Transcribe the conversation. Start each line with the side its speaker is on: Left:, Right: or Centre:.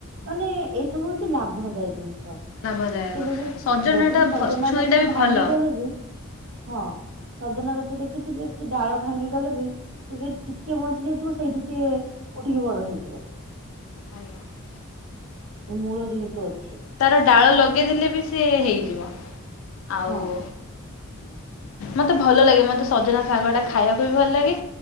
Right: ମାନେ ଏଇ ସବୁ ହଉଛି ଲାଭଦାୟ ଜିନିଷ
Left: ଲାଭଦାୟକ।
Right: କେବେ ବି
Left: ସଜନାଟା
Right: ଯଦି ବି ସଜନା
Left: ଛୁଇଁଟା
Right: ଗଛ
Left: ବି
Right: ଭାଙ୍ଗିଗଲେ
Left: ଭଲ
Right: ବି ହଁ ସଜନା ଗଛ ଦେଖିଥିବେ ସେ ଡାଳ ଭାଙ୍ଗି ଗଲେ ବି ସେ ଯେ ଟିକେ ବଞ୍ଚି ଯାଇଥିବ ସେଇଠୁ ସିଏ ଉଠିକି ବଡ ହେଇଯିବ
Left: ଆଜ୍ଞା
Right: ମୂଳ ଯେହେତୁ ଅଛି
Left: ତାର ଡାଳ ଲଗେଇଦଲେ ବି ସେ ହେଇଯିବ ଆଉ
Right: ହଁ
Left: ମତେ ଭଲ ଲାଗେ ମତେ ସଜନା ଶାଗ ଟା ଖାଇବାକୁ ବି ଭଲ ଲାଗେ